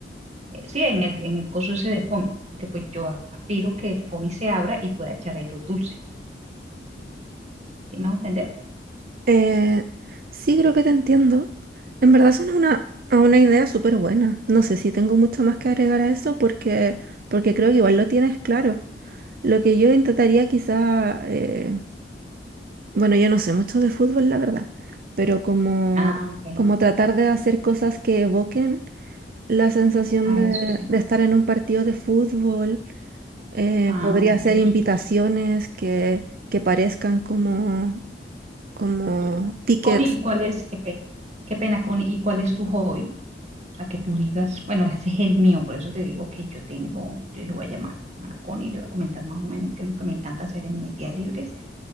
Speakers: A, on the right; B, on the right.
A: eh, sí, en el, en el coso ese de FOMI, porque pues yo aspiro que el FOMI se abra y pueda echar ahí los dulces. ¿Sí me va a entender?
B: Eh, sí, creo que te entiendo. En verdad suena una, a una idea súper buena. No sé si tengo mucho más que agregar a eso porque, porque creo que igual lo tienes claro. Lo que yo intentaría quizá, eh, bueno, yo no sé mucho de fútbol, la verdad, pero como,
A: Ah, ok.
B: como tratar de hacer cosas que evoquen la sensación
A: Ah,
B: de,
A: eso es.
B: de estar en un partido de fútbol. Eh,
A: Ah,
B: podría
A: ok.
B: ser invitaciones que, que parezcan como, como tickets
A: Y Connie, ¿y cuál es, qué, pe- qué pena, Connie, ¿y cuál es tu hobby? O sea, que tú digas, bueno, ese es el mío, por eso te digo que yo tengo, yo dije, voy a llamar a Connie, le voy a comentar más o menos qué es lo que me encanta hacer en mis días libres,